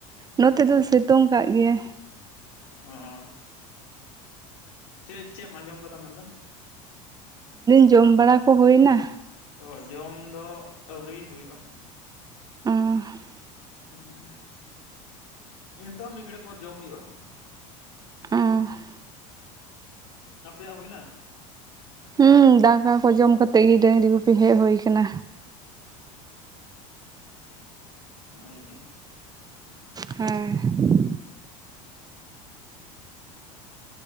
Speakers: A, on the right (about 20°); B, on the left (about 80°).
A: ᱱᱚᱛᱮ ᱫᱚ ᱥᱮᱛᱩᱝ ᱠᱟᱜ ᱜᱮᱭᱟ᱾
B: <unintelligible> ᱪᱮᱜ ᱪᱮᱫ ᱮᱢ ᱟᱸᱡᱚᱢ ᱟᱠᱟᱫᱟ ᱢᱮᱱᱫᱚ
A: <inaudible> ᱡᱚᱢ ᱵᱟᱲᱟ ᱠᱚ ᱦᱩᱭᱮᱱᱟ?
B: ᱚ ᱡᱚᱢ ᱫᱚ ᱟᱹᱣᱨᱤ ᱦᱩᱭᱩᱜᱼᱟ᱾
A: <unintelligible>
B: <unintelligible> ᱱᱤᱛᱚᱜ ᱢᱤᱫ ᱜᱷᱟᱹᱲᱤᱡ ᱯᱚᱨ ᱡᱚᱢ ᱦᱩᱭᱩᱜᱼᱟ᱾
A: <unintelligible>
B: ᱟᱯᱮᱭᱟᱜ ᱦᱩᱭᱱᱟ?
A: ᱦᱩᱸ ᱫᱟᱠᱟ ᱠᱚ ᱡᱚᱢ ᱠᱟᱛᱮᱜ ᱜᱮ ᱰᱟᱹᱝᱨᱤ ᱜᱩᱯᱤ ᱦᱮᱡ ᱦᱩᱭ ᱠᱟᱱᱟ᱾
B: <unintelligible>
A: ᱦᱮᱸ
B: <unintelligible>